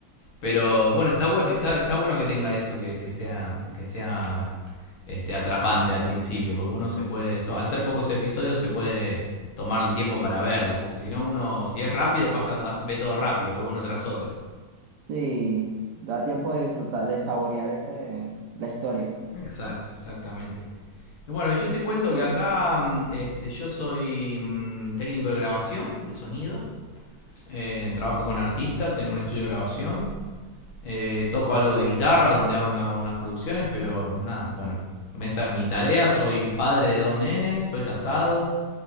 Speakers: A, on the left (about 85°); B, on the right (about 70°).
A: Pero bueno, está bueno, está, está bueno que tenga eso, que, que sea, que sea este, atrapante al principio, porque uno se puede, so- al ser pocos episodios se puede tomar el tiempo para verlos, porque si no uno, si es rápido, pasa, ve todo rápido, ve uno tras otro.
B: sí, da tiempo de disfrutar, de saborear ese, la historia.
A: Exacto, exactamente. Y Bueno, yo te cuento
B: Sí.
A: que acá mm, este, yo soy mm, técnico de grabación, de sonido. Eh, trabajo con artistas en un estudio de grabación. Eh, toco algo de guitarra, donde hago, me hago unas producciones, pero nada, bueno, esa es mi tarea. Soy padre de dos nenes, estoy casado,